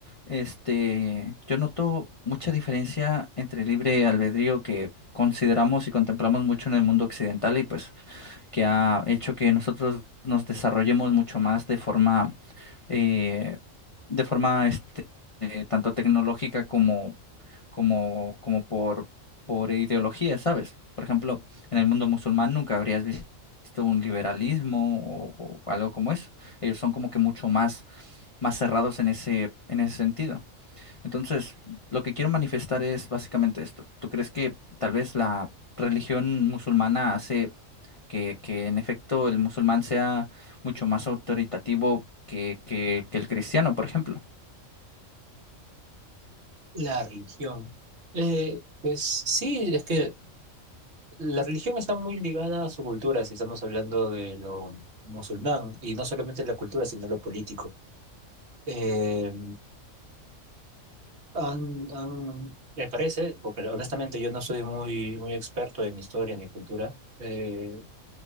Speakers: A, on the left (about 35°); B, on the right (about 55°).
A: Este, yo noto mucha diferencia entre el libre albedrío que consideramos y contemplamos mucho en el mundo occidental y pues que ha hecho que nosotros nos desarrollemos mucho más de forma eh, de forma este eh, tanto tecnológica como como, como por, por ideología, ¿sabes? Por ejemplo, en el mundo musulmán nunca habrías visto un liberalismo o, o algo como eso. Ellos son como que mucho más, más cerrados en ese, en ese sentido. Entonces, lo que quiero manifestar es básicamente esto. ¿Tú crees que tal vez la religión musulmana hace que, que en efecto el musulmán sea mucho más autoritativo que, que, que el cristiano, por ejemplo?
B: La religión. Eh, pues sí, es que la religión está muy ligada a su cultura, si estamos hablando de lo musulmán, y no solamente la cultura, sino lo político. Eh, han- han- me parece, porque honestamente yo no soy muy, muy experto en historia ni cultura, eh,